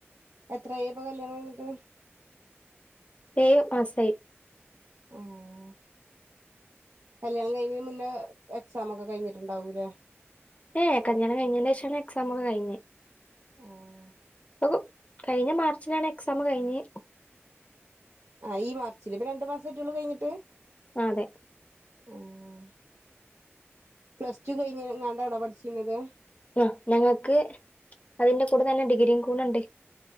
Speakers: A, on the right; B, on the left.
A: എത്രയായിപ്പൊ കല്യാണം കഴിഞ്ഞിട്ട്
B: ഏഴ്മാസായി
A: ആഹ് കല്യാണം കഴിഞ്ഞീന് മുന്നേ എക്സാം ഒക്കെ കഴിഞ്ഞിട്ടുണ്ടാവൂംലേ
B: ഏഹ് കല്യാണം കഴിഞ്ഞന്റെ ശേഷാണ് എക്സാം ഒക്കെ കഴിഞെ
A: ആഹ്
B: <unintelligible> കഴിഞ്ഞ മാർച്ചിനാണ് എക്സാം കഴിഞ്ഞെ
A: ആഹ് ഈ മാർച്ചില് ഇപ്പൊ രണ്ട് മാസം ആട്ടേള്ളൂ കഴിഞ്ഞിട്ട്
B: ആഹ് അതെ
A: ആഹ് പ്ലസ് ടു കഴിഞ്ഞങ്ങാണ്ടാണോ പഠിച്ചിനത്
B: ആഹ് ഞങ്ങൾക്ക് അതിന്റെ കൂടെ തന്നെ ഡിഗ്രിയും കൂടണ്ട്